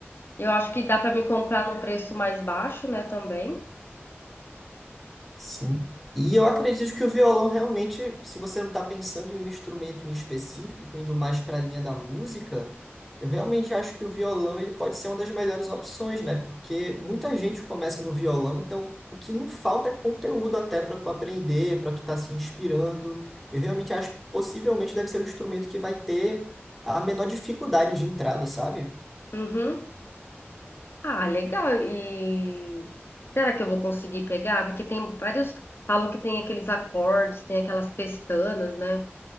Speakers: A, on the left; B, in the centre.
A: Eu acho que dá pra me comprar num preço mais baixo, né, também.
B: Sim. E eu acredito que o violão realmente, se você não está pensando em um instrumento em específico, indo mais para a linha da música, eu realmente acho que o violão ele pode ser uma das melhores opções, né? Porque muita gente começa no violão, então o que não falta é conteúdo até para tu aprender, para tu estar se inspirando. Eu realmente acho que possivelmente deve ser o instrumento que vai ter a menor dificuldade de entrada, sabe?
A: Uhum. Ah, legal, e será que eu vou conseguir pegar? Porque tem vários, falam que tem aqueles acordes, tem aquelas pestanas, né?